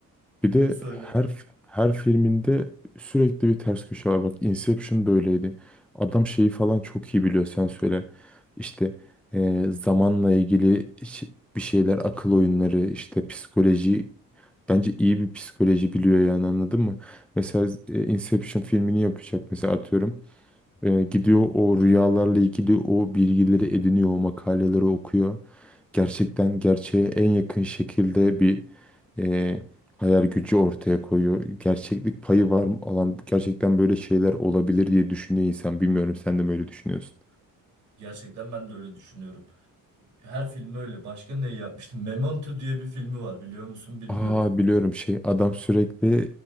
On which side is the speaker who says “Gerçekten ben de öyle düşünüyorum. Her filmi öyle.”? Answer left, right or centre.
Right